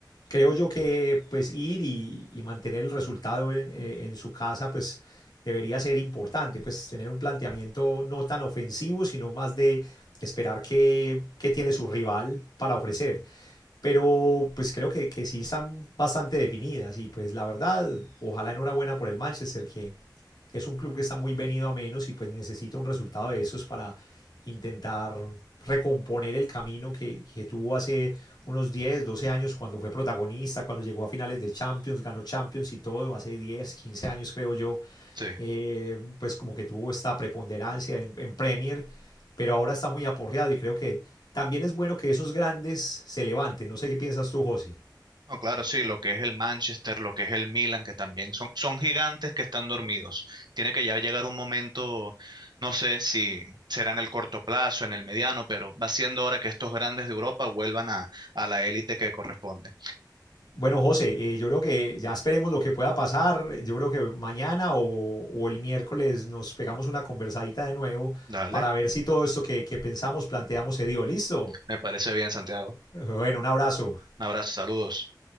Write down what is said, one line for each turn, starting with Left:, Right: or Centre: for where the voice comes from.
Left: creo yo que pues ir y, y mantener el resultado en, eh, en, su casa pues debería ser importante, pues tener un planteamiento no tan ofensivo, sino más de esperar qué, tiene su rival para ofrecer. Pero pues creo que, que sí están bastante definidas y pues la verdad, ojalá enhorabuena por el Manchester que es un club que está muy venido a menos y pues necesita un resultado de esos para intentar recomponer el camino que, que, tuvo hace unos 10, 12 años cuando fue protagonista, cuando llegó a finales de Champions, ganó Champions y todo, hace 10, 15 años creo yo,
Right: Sí.
Left: eh, pues como que tuvo esta preponderancia en, en Premier, pero ahora está muy aporreado y creo que también es bueno que esos grandes se levanten. No sé qué piensas tú, José.
Right: No, claro, sí, lo que es el Manchester, lo que es el Milan, que también son, son gigantes que están dormidos. Tiene que ya llegar un momento, no sé si será en el corto plazo, en el mediano, pero va siendo hora que estos grandes de Europa vuelvan a, a la élite que corresponde.
Left: Bueno, José, eh, yo creo que ya esperemos lo que pueda pasar. Yo creo que mañana o, o el miércoles nos pegamos una conversadita de nuevo
Right: Dale,
Left: para ver si todo esto que, que pensamos, planteamos, se dio. ¿Listo?
Right: me parece bien, Santiago.
Left: Bueno, un abrazo.
Right: Un abrazo, saludos.